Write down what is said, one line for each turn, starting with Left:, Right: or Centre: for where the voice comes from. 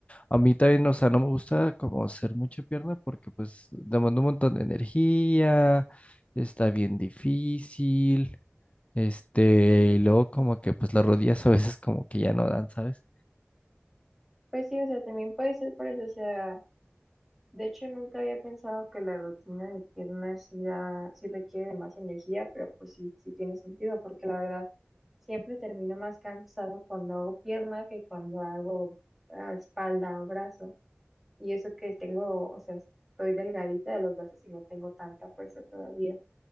Left: A mí también, o sea, no me gusta como hacer mucha pierna porque pues demanda un montón de energía, está bien difícil, este, y luego como que pues las rodillas a veces como que ya no dan, ¿sabes?
Centre: Pues sí, o sea, también puede ser por eso, o sea, de hecho nunca había pensado que la rutina de piernas sí, da- sí requiere de más energía, pero pues sí, sí tiene sentido, porque la verdad siempre termino más cansada cuando hago pierna que cuando hago ah, espalda o brazo. Y eso que tengo, o sea, estoy delgadita de los brazos y no tengo tanta fuerza todavía.